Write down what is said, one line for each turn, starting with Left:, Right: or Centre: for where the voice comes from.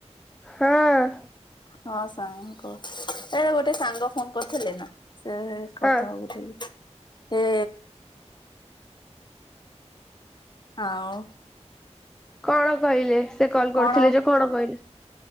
Centre: ହଁ
Left: ହଁ। ସାଙ୍ଗ ଏ ଗୋଟେ ସାଙ୍ଗ ଫୋନ କରିୁଥିଲେ ନା। ସେ କଥା
Centre: ହଁ
Left: ହଉଥିଲି ଏ ଆଉ।
Centre: କଣ କହିଲେ ସେ କଲ
Left: କଣ?
Centre: କରୁଥିଲେ ଯେ କଣ କହିଲେ?